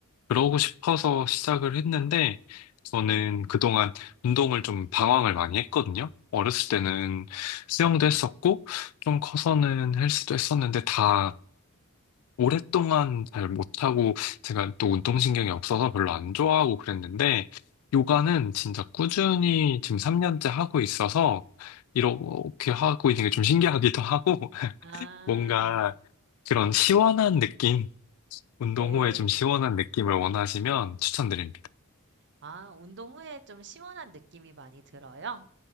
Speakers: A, on the left; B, on the right.
A: 그러고 싶어서 시작을 했는데, 저는 그동안 운동을 좀 방황을 많이 했거든요. 어렸을 때는 수영도 했었고, 좀 커서는 헬스도 했었는데 다 오랫동안 잘 못하고 제가 또 운동신경이 없어서 별로 안 좋아하고 그랬는데 요가는 진짜 꾸준히 지금 3년째 하고 있어서 이렇게 하고 있는 게 좀 신기하기도 하고 <laughs>
B: 아,
A: 뭔가 그런 시원한 느낌, 운동
B: 네.
A: 후에 좀 시원한 느낌을 원하시면 추천드립니다.
B: 아, 운동 후에 좀 시원한 느낌이 많이 들어요?